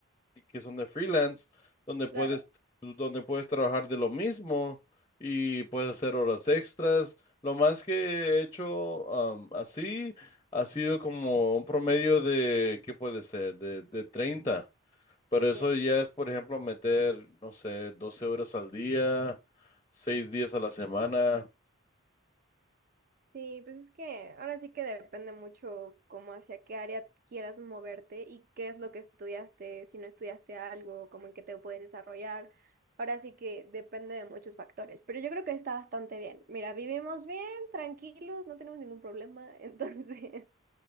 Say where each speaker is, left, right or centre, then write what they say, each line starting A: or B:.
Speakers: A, on the left; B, on the right.
A: que son de freelance donde puedes,
B: claro,
A: donde puedes trabajar de lo mismo y puedes hacer horas extras. Lo más que he hecho um, así ha sido como un promedio de, ¿qué puede ser? De, de treinta pero
B: ok.
A: eso ya es, por ejemplo, meter, no sé, 12 horas al día, 6 días a la semana.
B: Sí, pues es que ahora sí que depende mucho como hacia qué área quieras moverte y qué es lo que estudiaste, si no estudiaste algo, como en qué te puedes desarrollar. Ahora sí que depende de muchos factores, pero yo creo que está bastante bien. Mira, vivimos bien, tranquilos, no tenemos ningún problema, <laughs> entonces.